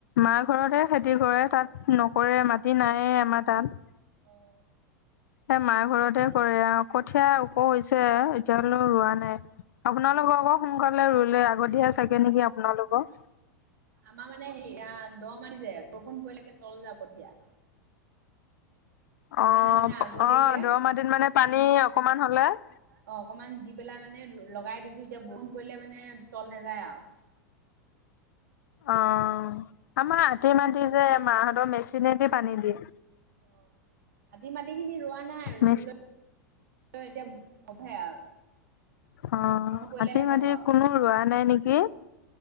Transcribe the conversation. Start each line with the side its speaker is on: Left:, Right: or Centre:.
Left: মাৰ ঘৰতহে খেতি কৰে, তাত নকৰে মাটি নায়ে আমাৰ তাত।
Right: অঁ'
Left: হে মাৰ ঘৰতে কৰে আ অঁ, কঠীয়া
Right: আমাৰ ঘৰতে
Left: ওখ
Right: কৰে।
Left: হৈছে এতিয়ালৈ ৰোৱা নাই। আপোনালোক আকৌ সোনকালে ৰুলে, আগতীয়া চাগে নেকি আপোনালোকৰ?
Right: আমাৰ মানে হেৰি আঁ দ' মাটি যে বৰষুণ পৰিলেগে তল যাব এতিয়া।
Left: অঁ'
Right: কাৰণে মানে আগতীয়াকে
Left: অঁ' দ' মাটিত মানে পানী অকমান হলে-
Right: অঁ অকমান দি পেলাই মানে লগাই দিছো এতিয়া বৰষুন পৰিলে মানে তল নাযায় আৰু।
Left: অঁ' আমা আধি মাটি যে মাহঁতৰ মেচিনেদি পানী দিয়ে।
Right: অঁ' আধি মাটি খিনি ৰোৱা নাই ৰুবলৈ
Left: মেচ
Right: এতিয়া হবহে আৰু।
Left: অঁ'
Right: বৰষুণ পৰিলেহে
Left: আটি মাটি
Right: হ'ব আৰু।
Left: কোনো ৰোৱা নাই নেকি?